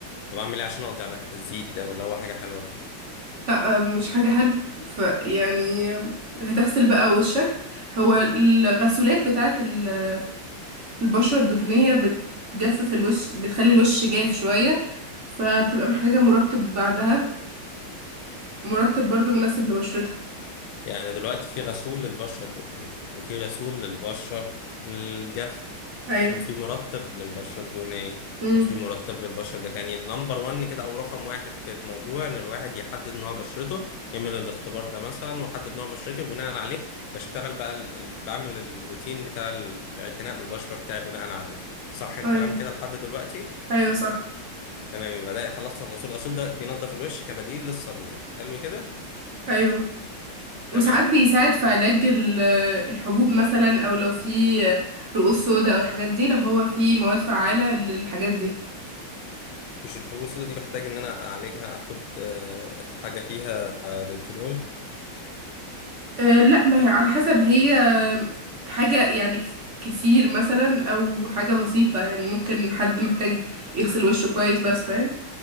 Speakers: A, on the left; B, on the right.
A: طب اعمل ايه عشان اقضي على التزييت ده ولا هو حاجه حلوه
B: لا آه مش حاجة حلوة ف يعني هتغسل بقى وشك هو الغسولات بتاعت ال- البشرة الدهنية بتجفف الوش بتخلي الوش جاف شوية فبتبقى محتاجة مرطب بعدها مرطب برضو مناسب لبشرتك
A: يعني دلوقتي في غسول للبشره الدهنيه وفي غسول للبشره الجافه
B: ايوه
A: وفي مرتب للبشرة الدهنية
B: امم
A: وفي مرتب للبشرة الجافة يعني نمبر وان كده أو رقم واحد في الموضوع إن الواحد يحدد نوع بشرته يعمل الاختبار ده مثلا وأحدد نوع بشرتي وبناء عليه بشتغل بقى ال... ال- بعمل الروتين بتاع الاعتناء بالبشرة بتاعي بناء عليه صح الكلام
B: ايوه
A: كده لحد دلوقتي
B: ايوه صح
A: تمام يبقى ده خلصنا الغسول الغسول ده بينضف الوش كبديل للصابونة حلو كده
B: ايوه
A: تمام
B: وساعات بيساعد في علاج ال- الحبوب مثلا او لو في رؤوس سودا او الحاجات دي لو هو في مواد فعالة للحاجات دي
A: مش الحبوب السوداء دي بحتاج إن أنا أعالجها أخد آه، حاجة فيها آه، ريتينول
B: أه لا ما هي على حسب هي حاجة يعني كس- كتير مثلا او حاجة بسيطة يعني ممكن حد محتاج يغسل وشه كويس بس فاهم